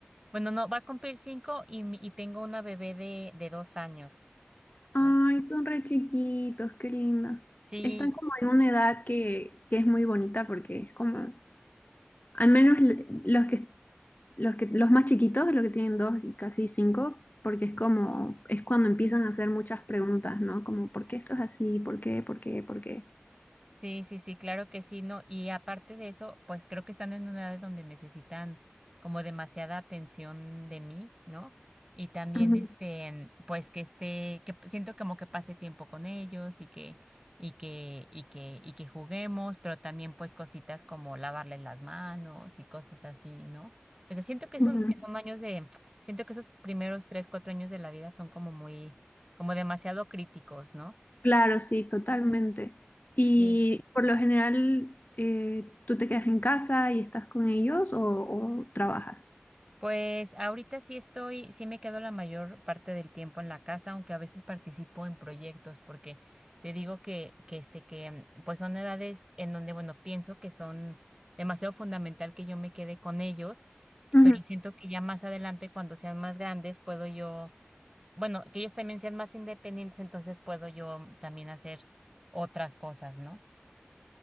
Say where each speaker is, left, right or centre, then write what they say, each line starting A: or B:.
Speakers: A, on the right (about 15°); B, on the left (about 45°).
A: Bueno, no, va a cumplir cinco y, mi- y tengo una bebé de, de dos años,
B: Ay,
A: ¿no?
B: son re chiquitos, qué lindo.
A: Sí,
B: Están como en una edad que, que es muy bonita porque es como, al menos l- los que, los que, los más chiquitos, los que tienen dos y casi cinco, porque es como, es cuando empiezan a hacer muchas preguntas, ¿no? Como, ¿por qué esto es así? ¿Por qué? ¿Por qué? ¿Por qué?
A: Sí, sí, sí, claro que sí, no. Y aparte de eso, pues creo que están en una edad donde necesitan como demasiada atención de mí, ¿no? Y también
B: Ujú,
A: este, pues que esté, que p- siento como que pase tiempo con ellos y que, y que, y que, y que juguemos, pero también pues cositas como lavarles las manos y cosas así, ¿no? O sea, siento que
B: ujú.
A: son, que son años de, siento que esos primeros tres, cuatro años de la vida son como muy, como demasiado críticos, ¿no?
B: Claro, sí, totalmente. Y
A: Sí.
B: por lo general, eh, ¿tú te quedas en casa y estás con ellos o, o trabajas?
A: Pues ahorita sí estoy, sí me quedo la mayor parte del tiempo en la casa, aunque a veces participo en proyectos, porque te digo que, que este, que mm, pues son edades en donde, bueno, pienso que son demasiado fundamental que yo me quede con ellos,
B: Ujú.
A: pero siento que ya más adelante, cuando sean más grandes, puedo yo, bueno, que ellos también sean más independientes, entonces puedo yo mm, también hacer otras cosas, ¿no?